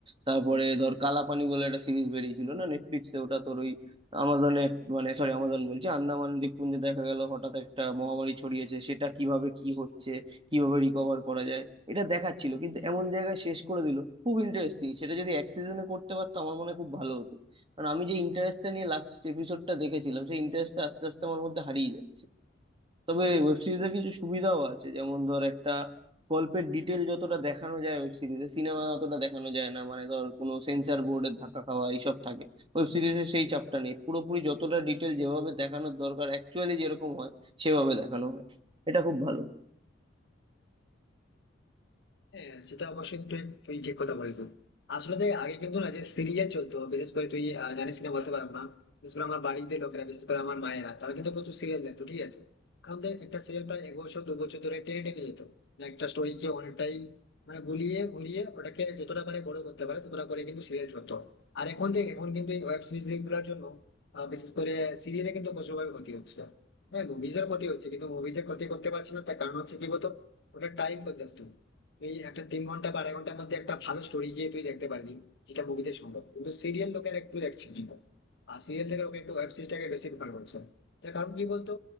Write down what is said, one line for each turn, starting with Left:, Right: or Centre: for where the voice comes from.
Right: তারপরে ধর কালাপানি বলে একটা সিরিজ বেরিয়েছিল না নেটফ্লিক্সে ওটা তোর ওই আমাজনে মানে সরি আমাজন বলছি আন্দামান দ্বীপপুঞ্জে দেখা গেল হঠাৎ একটা মহামারী ছড়িয়েছে সেটা কিভাবে কি হচ্ছে কিভাবে রিকভার করা যায় এটা দেখাচ্ছিল কিন্তু এমন জায়গায় শেষ করে দিল খুব ইন্টারেস্টিং সেটা যদি এক সিজনে করতে পারতো আমার মনে হয় খুব ভালো হতো কারণ আমি যে ইন্টারেস্টটা নিয়ে লাস্ট এপিসোডটা দেখেছিলাম সেই ইন্টারেস্টটা আস্তে আস্তে আমার মধ্যে হারিয়ে যাচ্ছে তবে ওয়েব সিরিজের কিছু সুবিধাও আছে যেমন ধর একটা গল্পের ডিটেল যতটা দেখানো যায় ওয়েব সিরিজে সিনেমা অতটা দেখানো যায় না মানে ধর কোনো সেন্সর বোর্ডের ধাক্কা খাওয়া এইসব থাকে ওয়েব সিরিজে সেই চাপটা নেই পুরোপুরি যতটা ডিটেল যেভাবে দেখানোর দরকার অ্যাকচুয়ালি যেরকম হয় সেভাবে দেখানো হয় এটা খুব ভালো
Left: হ্যাঁ সেটা অবশ্যই তুই তুই ঠিক কথা বলেছিস আসলে দেখ আগে কিন্তু না যে সিরিয়াল চলতো বিশেষ করে তুই আহ, জানিস কিনা বলতে পারবো না বিশেষ করে আমার বাড়িতে লোকেরা বিশেষ করে আমার মায়েরা তারা কিন্তু প্রচুর সিরিয়াল দেখতো ঠিক আছে কারণ দেখ একটা সিরিয়াল প্রায় এক বছর দু বছর ধরে টেনে টেনে যেত মানে একটা স্টোরিকে অনেকটাই মানে গুলিয়ে ঘুরিয়ে ওটাকে যতটা পারে বড় করতে পারে ততটা করে কিন্তু সিরিয়াল চলতো আর এখন দেখ এখন কিন্তু এই ওয়েব সিরিজ গুলোর জন্য আহ, বিশেষ করে সিরিয়ালে কিন্তু প্রচুরভাবে ক্ষতি হচ্ছে হ্যাঁ মুভিজের ক্ষতি হচ্ছে কিন্তু মুভিজের ক্ষতি করতে পারছি না তার কারণ হচ্ছে কি বলতো ওটা টাইম কনজাস্টিং এই একটা তিন ঘন্টা বা আড়াই ঘন্টার মধ্যে একটা ভালো স্টোরি গিয়ে তুই দেখতে পারবি যেটা মুভিতে সম্ভব কিন্তু সিরিয়াল লোকের একটু দেখছে না। আর সিরিয়াল থেকে লোকে একটু ওয়েব সিরিজটাকে বেশি প্রেফার করছে তার কারণ কি বলতো